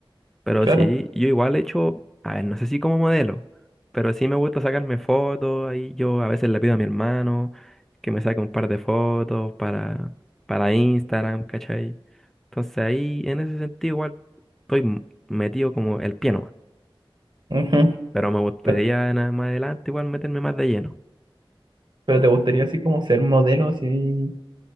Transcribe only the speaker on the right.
claro.
Ujú.
Pero,
pero te gustaría así como ser modelo, así...